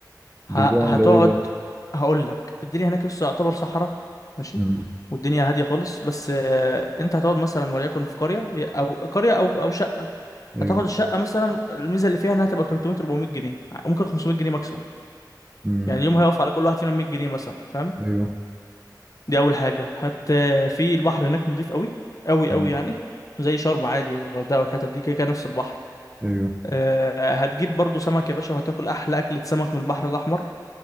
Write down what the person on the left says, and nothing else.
ه-
هتقعد
هقول لك الدنيا هناك لسه يعتبر صحراء ماشي
والدنيا هاديه خالص بس آه، انت هتقعد مثلا وليكن في قريه او قريه او او شقه
هتاخد الشقه مثلا الميزه اللي فيها انها تبقى 300 400 جنيه ممكن 500 جنيه ماكسيموم
يعني اليوم هيقف على كل واحد فينا 100 جنيه مثلا فاهم
دي اول حاجه هت في البحر هناك نضيف قوي قوي
قوي يعني زي شرم عادي والغردقه والحتت دي كده كده نفس البحر
آه، هتجيب برضو سمك يا باشا وهتاكل احلى اكله سمك من البحر الاحمر